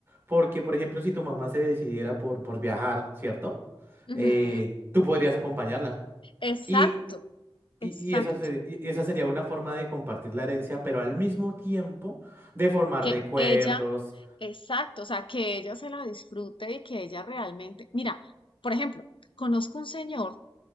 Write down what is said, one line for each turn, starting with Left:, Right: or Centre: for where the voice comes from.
Right: porque, por ejemplo, si tu mamá se decidiera por, por viajar, ¿cierto?
Left: ujú.
Right: Eh, tú podrías acompañarla.
Left: Exacto,
Right: Y, y,
Left: exacto.
Right: y esa sería, y y esa sería una forma de compartir la herencia, pero al mismo tiempo de formar
Left: Que
Right: recuerdos.
Left: ella, exacto, o sea, que ella se la disfrute y que ella realmente, mira, por ejemplo, conozco un señor,